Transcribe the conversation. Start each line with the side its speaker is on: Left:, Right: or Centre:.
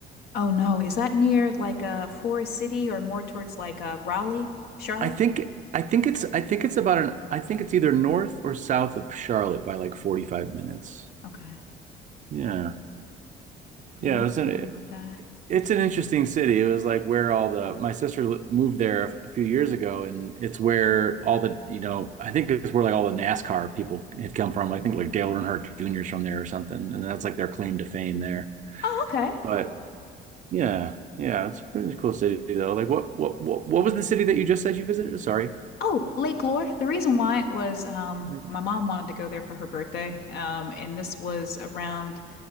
Left: Oh no, is that near like a Forest City or more towards like uh, Raleigh, Charlotte?
Right: I think I think it's I think it's about an I think it's either north or south of Charlotte by like 45 minutes.
Left: Okay,
Right: Yeah,
Left: I'm
Right: yeah.
Left: not
Right: It was
Left: familiar
Right: an,
Left: with that.
Right: It's an interesting city. It was like where all the my sister li- moved there a, f- a few years ago, and it's where all the you know I think it's where like all the NASCAR people had come from. I think like Dale Earnhardt Jr.'s from there or something, and that's like their claim to fame there.
Left: Oh, okay.
Right: But yeah, yeah, it's a pretty cool city though. Like what what what what was the city that you just said you visited? Sorry,
Left: Oh, Lake Lore. The reason why it was um,
Right: oh,
Left: my mom wanted to go there for her birthday. Um, and this was around,